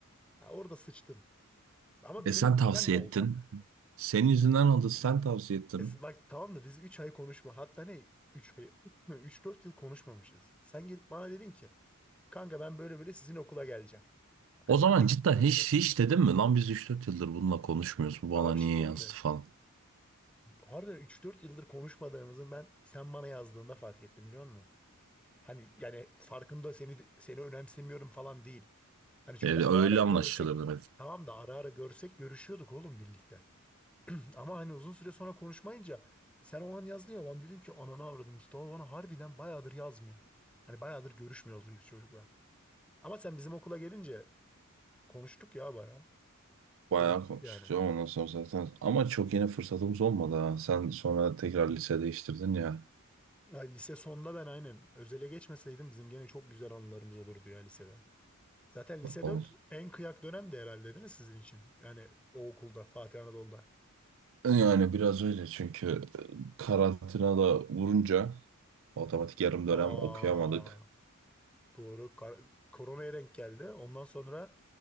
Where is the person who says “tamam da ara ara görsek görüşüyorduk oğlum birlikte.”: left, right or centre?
Centre